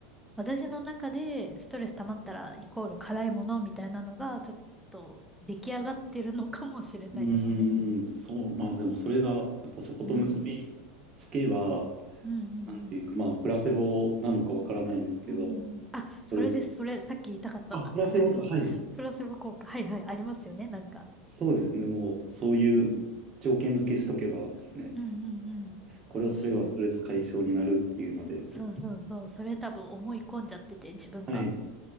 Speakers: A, in the centre; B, on the right (about 35°).
A: 私の中でストレス溜まったらイコール辛いものみたいなのがちょっと出来上がってるのかもしれないですね。
B: うーん、そう、まあでもそれが、やっぱそこと結びつけば、
A: うん。うんうんうん。
B: なんていうか、まあ、プラセボなのかわからないですけど、
A: うんうんうん。あ、それです。
B: それ、
A: それ、さっき言いたかったんだ。
B: あ、プラセボか、
A: <laughs>
B: はい。
A: プラセボ効果。はいはい、ありますよね、なんか。
B: そうですね、もう、そういう条件付けしとけばですね、
A: うん。うんうんうん。
B: これをすればストレス解消になるっていうので、
A: そうそう。そうそうそう。それ多分思い込んじゃってて、自分が。
B: はい。